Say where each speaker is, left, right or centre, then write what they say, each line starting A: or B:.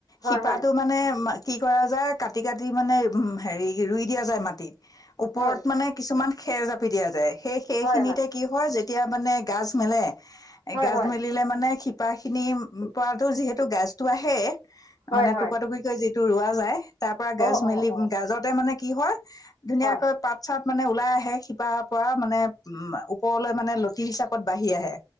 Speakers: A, on the left; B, on the left.
A: হয়
B: শিপাটো মানে কি কৰা যায় কাটি-কাটি মানে উ হেৰি ৰুই দিয়া যায় মাটিত, ওপৰত
A: হয়
B: মানে কিছুমান খেৰ জাপি দিয়া যায়, সেই সেইখিনিতে
A: হয় হয়
B: কি হয় যেতিয়া মানে গাজ মেলে এ
A: হয়-হয়।
B: গাজ মেলিলে মানে শিপা খিনি পৰাতো যিহেতু গাজটো আহে
A: হয়
B: মানে
A: হয়
B: টুকুৰা-টুকুৰিকৈ যি টো ৰোৱা যায় তাৰ পৰা গাজ
A: অ
B: মেলি
A: অ অ
B: গাজতে মানে কি হয়, ধুনীয়াকৈ
A: হয়
B: পাত-চাত মানে ওলাই আহে শিপাৰ পৰা মানে উম, ওপৰলৈ মানে লতি হিচাপত বাঢ়ি আহে।